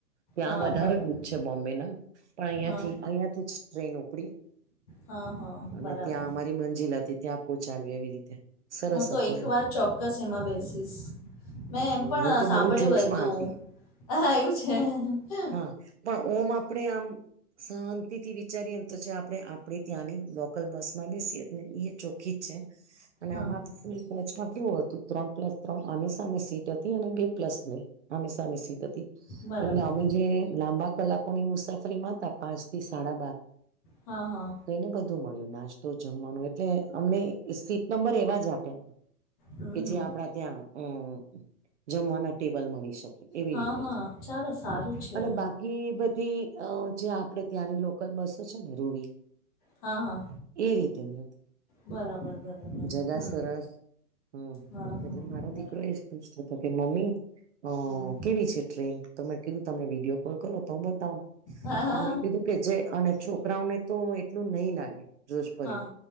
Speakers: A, on the right; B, on the left.
A: ત્યાં
B: હા
A: વધારે
B: બરાબર
A: ભૂજ છે બોમ્બેના. થી
B: હા હા
A: અહીથી જ ટ્રેન ઉપડી
B: હા હા બરાબર
A: ત્યાં મંજિલ હતી ત્યા પહંચાડ્યું એવી રીતે. સરસ
B: હું તો
A: હતું
B: એક
A: એમ
B: વાર ચોક્કસ એમાં બેસીશ મેં એમ પણ
A: હું તો
B: સાંભળ્યું
A: બહુ જોશમાં
B: હતું
A: હતી
B: હ હા એવું છે હ
A: હા પણ ઓમ આપણેે આમ શાંતિ થી વિચારીએ તો જે આપણે આપડી ત્યાંની લોકલ બસ માં બેસીએ ને એ ચોખ્ખી જ છે અને
B: હા
A: આમાં
B: હા
A: ફૂલ મેચમાં કેવું હતું ત્રણ પ્લસ ત્રણ આમે સામે સીટ હતી અને બે પ્લસ બે આમે સામે સીટ એટલે
B: બરાબર
A: અમે જે લાંબા કલાકોની મુસાફરી માં હતા પાંચ થી સાડા બાર
B: હા હા.
A: તો એને બધું મળ્યું નાસ્તો જમવાનો એટલે અમને સીટ નંબર એવા જ આપ્યા.
B: હમ
A: કે જે
B: હમ.
A: આપડા ત્યાં અમ જમવાના ટેબલ મળી શકે એવી
B: હા
A: રીતે.
B: હા
A: છે
B: ચાલો સારું
A: હા,
B: છે.
A: અને બધી અ જે આપણેે ત્યાંની લોકલ બસો છે ને રૂવી
B: હા હા
A: એ રીતેની હતી
B: બરાબર બરાબર
A: જગા
B: હમ
A: સરસ હમ
B: હા હા
A: એટલે
B: બરાબર
A: મારો દીકરો એ પછતો હતો કે મમ્મી અ
B: હમ
A: કેવી છે ટ્રેન તો મેં કીધું તમમે વિડીયો કોલ કરો તો હ બ
B: હા હા
A: તમે કીધું કે જે અને છોકરાઓને તો એટલું નહી લાગે જોશ ભર્યું
B: હા